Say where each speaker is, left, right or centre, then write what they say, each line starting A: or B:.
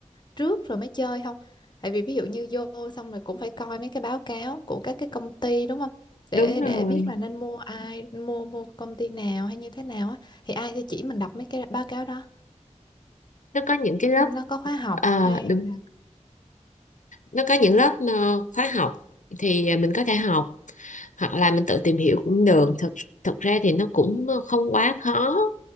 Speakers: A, on the left; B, on the left.
A: trước rồi mới chơi không? Tại vì ví dụ như vô xong rồi cũng phải coi mấy cái báo cáo của các cái công ty đúng không? Để
B: Đúng rồi.
A: để biết là nên mua ai, mua mua công ty nào hay như thế nào á thì ai sẽ chỉ mình đọc mấy cái báo cáo đó.
B: nó có những cái lớp
A: Nó có khóa học
B: ờ,
A: hay
B: đúng
A: là
B: nó có những lớp ờ, khóa học thì mình có thể học hoặc là mình tự tìm hiểu cũng được thực thực ra thì nó cũng không quá khó